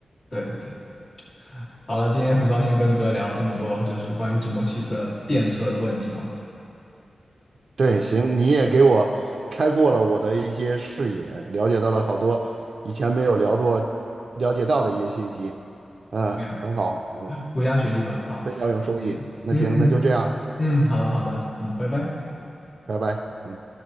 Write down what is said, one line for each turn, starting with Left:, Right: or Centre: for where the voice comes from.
Left: 对对对。好了，今天很高兴跟哥聊这么多，就是关于中国汽车电车的问题嘛。
Right: 对，行，你也给我开阔了我的一些视野，了解到了好多以前没有聊过、了解到的一些信息。嗯，
Left: 对
Right: 很好，嗯，
Left: 国家学习吧。好，
Right: 非常有收益。
Left: 嗯嗯
Right: 那行，那就这样，
Left: 嗯，好的好的，嗯，拜拜。
Right: 拜拜。嗯。